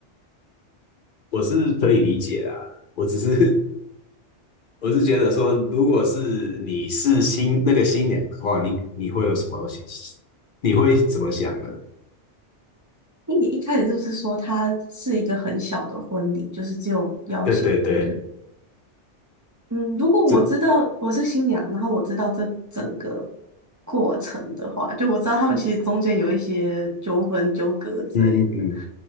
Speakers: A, on the left (about 55°); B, on the right (about 30°).
A: 我是可以理解啦，我只是 <laughs> 我是觉得说，如果是你是新那个新娘的话，你你会有什么想？你会怎么想呢？
B: 因为你一开始就是说它是一个很小的婚礼，就是只有邀请，
A: 对对对，
B: 就是嗯，如果我知道我是新娘，
A: 这
B: 然后我知道这整个过程的话，就我知道他们其实中间有一些纠纷、纠葛之类的，
A: 嗯嗯嗯，